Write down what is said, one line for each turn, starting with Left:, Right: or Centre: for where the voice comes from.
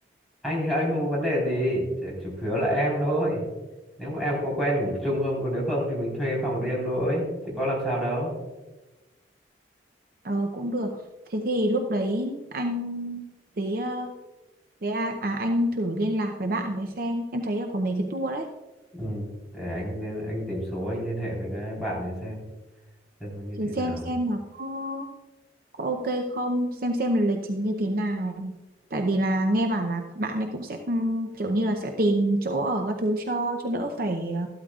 Centre: anh thì anh không có vấn đề gì chỉ chủ yếu là em thôi nếu mà em có quen ngủ chung không còn nếu không thì mình thuê phòng riêng thôi chứ có làm sao đâu
Right: ờ cũng được thế thì lúc đấy anh với ờ, với à, à anh thử liên lạc với bạn để xem em thấy là có mấy cái tour đấy
Centre: ừ. để anh lên- anh tìm số anh liên hệ với cái bạn ấy xem xem nó như
Right: thử
Centre: thế nào
Right: xem xem là có có ok không xem xem là lịch trình như thế nào tại vì là nghe bảo là các bạn ấy cũng sẽ ừm, kiểu như là sẽ tìm chỗ ở các thứ cho cho đỡ phải ờ,